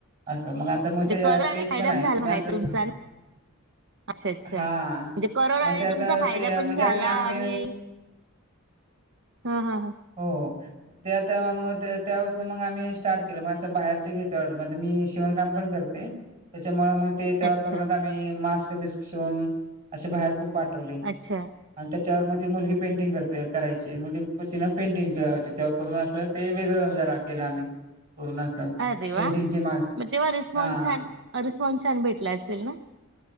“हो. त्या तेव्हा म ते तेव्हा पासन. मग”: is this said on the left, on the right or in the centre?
Right